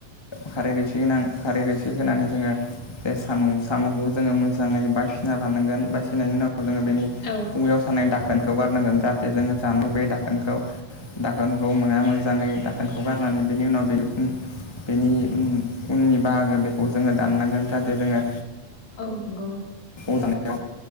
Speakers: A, on the left; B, on the left.
A: खारै रोसि गोनां खारै रोसि होनानै जोङो बे साम' साम'खौबो जोङो मोजाङै बायसिना लानांगोन बायसिनायनि उनाव जोङो बेनि
B: औ
A: खुगायाव सानाय दाख दाखोनखौ गारनांगोन जाहाथे जोंङो जामु बे दाखोनखौ दाखोनखौ मोना मो मोजाङै दाखोनखौ गारनानै बेनि उनाव बे बेनि उननि बाहागो बेखौ जोङो दाननांगोन जाहाथे जोङो
B: औ नंगौ
A: औ दाननायाव